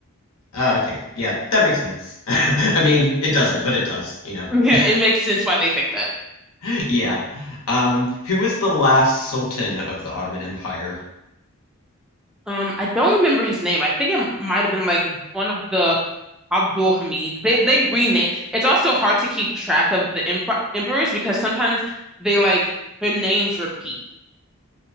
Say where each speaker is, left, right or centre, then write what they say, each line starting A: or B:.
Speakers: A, on the left; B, in the centre.
A: uh, okay. Yeah, that makes sense. <laughs> I mean, it doesn't, but it does, you know.
B: <laughs> Yeah,
A: <laughs>
B: it makes sense why they think that.
A: Yeah. Um, who was the last sultan of the Ottoman Empire?
B: Um, I don't remember his name. I think it might have been like one of the Abdul Hamid. They they rename. It's also hard to keep track of the emper emperors because sometimes they like their names repeat.